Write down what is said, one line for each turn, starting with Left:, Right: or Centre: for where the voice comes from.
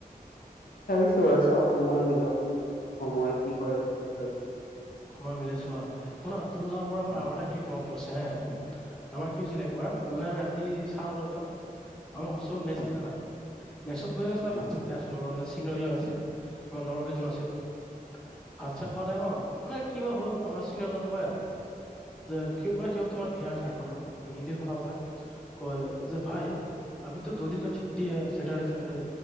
Left: <unintelligible> আৰু চাও সময় মিলক সময় কি কৰে <unintelligible>
Centre: সময় মিলে চোৱা শুনাত <unintelligible> পৰা মোৰ
Left: উম
Centre: আৰু এটা ট্ৰিপ মনত পৰিছে হে। আমাৰ কি হৈছিলে একবাৰ, মানে আমি ৰাতি চাৰে নটা বজাত, আমাৰ হোষ্টেলত মেচ আছে না মেছত বহি আছোঁ আৰু
Left: উম।
Centre: ভাত চাত খাই আছিলোঁ আৰু মানে চিনিয়ৰবিলাক আছিল আমাৰ লগৰ কেইজন আছিল ভাত চাত খোৱা টাইমত মানে কিবা হ'ল আমাৰ চিনিয়ৰ জনে ক'লে যে মানে সিহঁত তোমাৰ বিহাৰ ঝাৰখণ্ডৰ হিন্দীত কথা পাতে, কয় যে ভাই অভিত' দ'দিন কা চুত্তি হে, ছেটাৰডে চানডে